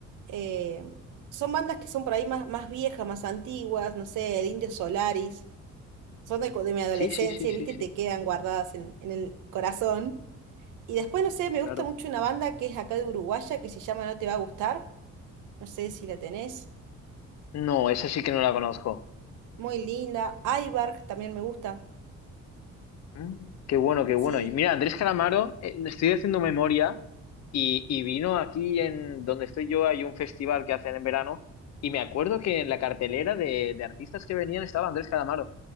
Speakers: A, on the right; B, on the left.
A: em, son bandas que son por ahí más, más viejas, más antiguas, no sé, el Indio Solaris. son de, cu- de mi adolescencia,
B: sí, sí, sí, sí,
A: ¿viste?
B: sí,
A: Te quedan guardadas en, en el corazón. Y después, no sé, me
B: claro.
A: gusta mucho una banda que es acá de Uruguaya que se llama No Te Va a Gustar. No sé si la tenés.
B: No, esa sí que no la conozco.
A: Muy linda. Ibarg también me gusta.
B: Mm, Qué bueno, qué
A: Sí,
B: bueno. Y mira, Andrés Calamaro, eh, estoy haciendo memoria y, y vino aquí en donde estoy yo, hay un festival que hacen en verano y me acuerdo que en la cartelera de, de artistas que venían estaba Andrés Calamaro.